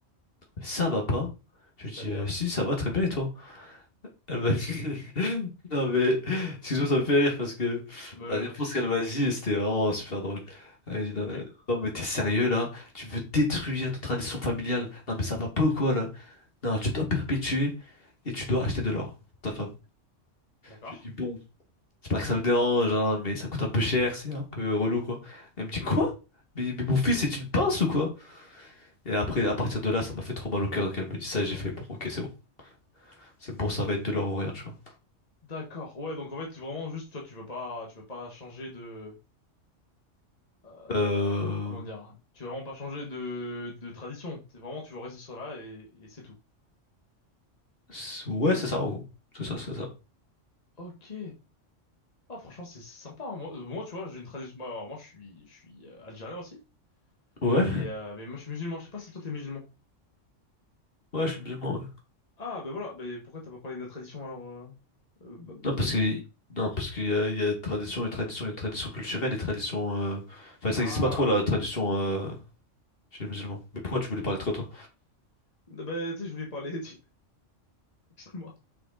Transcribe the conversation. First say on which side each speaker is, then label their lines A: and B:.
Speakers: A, on the left; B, on the left.
A: ça va pas? Je
B: C'est-à-dire?
A: lui dis, euh, si, ça va très bien, et toi? Elle m'a
B: Oui.
A: dit, <laughs> non mais, excuse-moi, ça me fait rire parce que
B: Mais ouais,
A: la réponse
B: pas de souci.
A: qu'elle m'a dit, c'était vraiment super drôle. Elle dit,
B: Ok.
A: non, mais non, mais t'es sérieux là? Tu veux détruire notre tradition familiale? Non mais ça va pas ou quoi là? Non, tu dois perpétuer et tu dois acheter de l'or pour ta femme.
B: D'accord.
A: Je lui dis, bon, c'est pas que ça me dérange, hein, mais ça coûte un peu cher, c'est un peu relou quoi. Elle me dit, quoi?
B: Hum.
A: Mais, mais mon fils, c'est une pince ou quoi? Et après, à partir de là, ça m'a fait trop mal au cœur qu'elle me dise ça, j'ai fait, bon, ok, c'est bon. C'est bon, ça va être de l'or ou rien, tu vois.
B: D'accord. Ouais, donc en fait, tu- vraiment juste, toi, tu veux pas, tu veux pas changer de, euh,
A: Euh...
B: comment dire? Tu veux vraiment pas changer de, de tradition. T'es vraiment, tu veux rester sur là et, et c'est tout.
A: c'est- Ouais, c'est ça, en gros. C'est ça, c'est ça.
B: Ok. Ah, franchement, c'est c'est sympa. hein. Moi, euh, moi, tu vois, j'ai une tradition. Moi, alors, moi, je suis, je suis euh, algérien aussi.
A: Ouais?
B: Et euh, mais moi, je suis musulman. Je sais pas si toi, t'es musulman.
A: Ouais, je suis musulman, ouais.
B: Ah, ben voilà. Ben pourquoi t'as pas parlé de la tradition alors euh, euh, ba- basique?
A: Non, parce que... Non, parce qu'il y a, il y a tradition et tradition, il y a tradition culturelle et tradition... euh, Enfin,
B: Ah,
A: ça existe pas trop, la tradition euh, chez les musulmans. Mais pourquoi tu voulais parler de toi, toi?
B: bah, tu sais, je voulais parler. <laughs> tu- Excuse-moi.